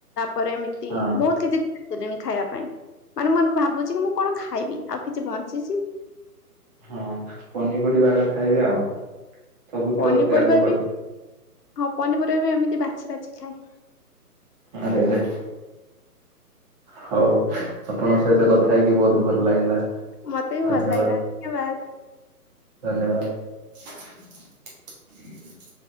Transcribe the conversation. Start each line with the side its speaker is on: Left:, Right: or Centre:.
Left: ପରେ ଏମିତି
Right: ହଁ
Left: ବହୁତ କିଛି। ଦେଲେନି ଖାଇବା ପାଇଁ ମାନେ ମୁଁ ଏବେ ଭାବୁଛି କି ମୁଁ କଣ ଖାଇବି ଆଉ କିଛି ବଞ୍ଚିଚି।
Right: ହଁ ପନିପରିବା ଆଗ ଖାଇବେ ଆଉ ସବୁ
Left: ପନିପରିବା
Right: ତ ତ୍ୟାଗ କଲେ।
Left: ବି ହଁ ପନିପରିବା ବି ଏମିତି ବାଛି ବାଛି ଖାଏ।
Right: ଆରେ ଆରେ। ହଉ ଆପଣଙ୍କ ସହିତ କଥା ହେଇକି ବହୁତ ଭଲ ଲାଗିଲା।
Left: ମତେ ବି ଭଲ
Right: ଧନ୍ୟବାଦ
Left: ଲାଗିଲା ଧନ୍ୟବାଦ।
Right: ଧନ୍ୟବାଦ।